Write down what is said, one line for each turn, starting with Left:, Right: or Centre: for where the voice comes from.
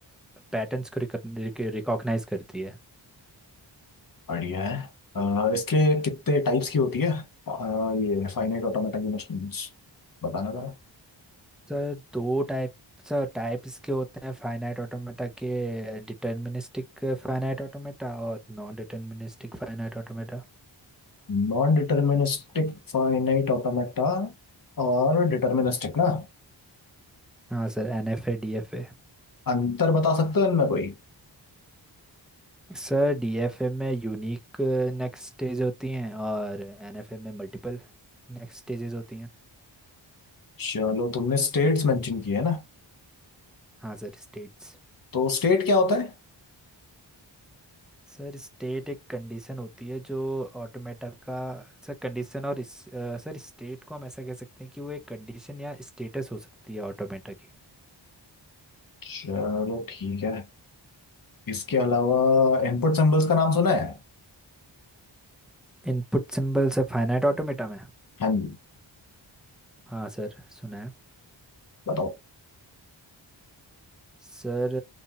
Centre: पैटर्न्स को रिकॉग्नाइज करती है
Left: बढ़िया है आ, इसके कितने टाइप्स की होती है आ, ये फाइनाइट ऑटोमेटा की मशीन्स बताना जरा
Centre: सर दो टाइप सर टाइप इसके होते हैं फाइनाइट ऑटोमेटा के डिटर्मिनिस्टिक फाइनाइट ऑटोमेटा और नॉन डिटर्मिनिस्टिक फाइनाइट ऑटोमेटा
Left: नॉन डिटर्मिनिस्टिक फाइनाइट ऑटोमेटा और डिटर्मिनिस्टिक ना
Centre: हाँ sir N F A D F A
Left: अंतर बता सकते हो इनमें कोई
Centre: Sir D F A में यूनिक नेक्स्ट स्टेज होती हैं और एन एफ ए में मल्टीपल नेक्स्ट स्टेजेस होती हैं
Left: चलो तुमने स्टेट्स मेंशन किए ना
Centre: हाँ सर स्टेट्स
Left: तो स्टेट क्या होता है
Centre: सर स्टेट एक कंडीशन होती है जो ऑटोमेटा का सर कंडीशन और इस, अ, सर स्टेट को हम ऐसा कह सकते हैं कि वो एक कंडीशन या स्टेटस हो सकती है ऑटोमेटा की
Left: चलो ठीक है इसके अलावा इनपुट सिंबल्स का नाम सुना है
Centre: इनपुट सिंबल्स फाइनाइट ऑटोमेटा में
Left: हाँ जी
Centre: हाँ सर सुना है
Left: बताओ
Centre: सर